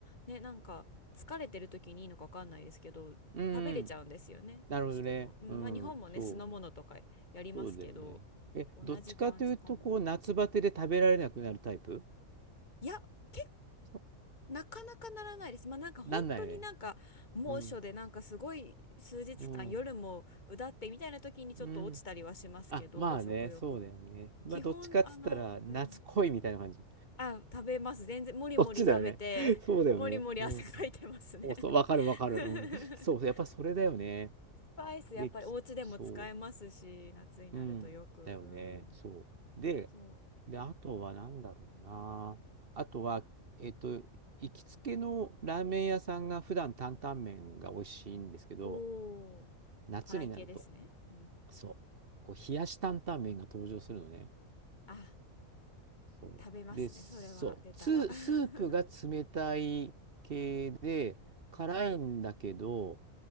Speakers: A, on the left; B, on the right.
A: ねなんか疲れてる時にいいのかわかんないですけど食べれちゃうんですよねどうしても、
B: うん。なるほどね。
A: うんまあ、
B: うん、
A: 日本もね酢の物とかやりますけど
B: そう、そうだよね。え、
A: 同じ感じかも
B: どっちかというと、こう、夏バテで食べられなくなるタイプ
A: いや結
B: そ
A: なかなかならないですまあなんか本当になんか猛暑でなんかすごい数日間夜もうだってみたいな時にちょっと落ちたりはしますけど食欲
B: なんないね。うん、うん、うん。あ、まあね、そうだよね。まあ、
A: 基本あのうん
B: どっちかっつったら、夏恋みたいな感じ。
A: あ、食べます。全然、もりもり食べて、
B: どっちだよね。<laughs> そうだよね。
A: <laughs> もりもり汗かいてますね。
B: うんそうそう、わかるわかる。
A: <laughs>
B: うん。そう、やっぱそれだよね。
A: スパイス、やっぱりお家でも使えますし、
B: で、き、そ
A: 夏になるとよく。
B: う、うん。だよね。
A: うん。
B: そう。で、
A: そ
B: で、あとは何だろうな。あとは、えっと、行きつけのラーメン屋さんが普段担々麺が美味しいんですけど、
A: う。おー、
B: 夏になると、
A: 辛い系ですね。うん。
B: そう、こう冷やし担々麺が登場するのね。
A: あ、
B: そう。
A: 食べますね。
B: で、そう、
A: それは出たら。
B: つ、
A: <laughs>
B: スープが冷たい系で、辛いんだけど、